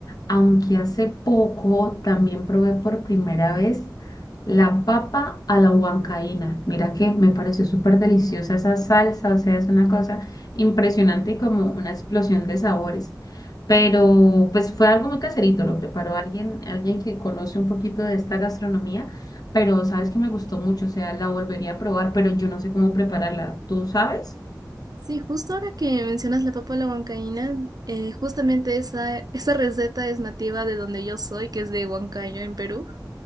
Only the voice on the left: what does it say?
aunque hace poco también probé por primera vez la papa a la huancaína. Mira que me pareció súper deliciosa esa salsa, o sea, es una cosa impresionante y como una explosión de sabores. Pero pues fue algo muy caserito, lo preparó alguien, alguien que conoce un poquito de esta gastronomía, pero sabes que me gustó mucho, o sea, la volvería a probar, pero yo no sé cómo prepararla. ¿Tú sabes?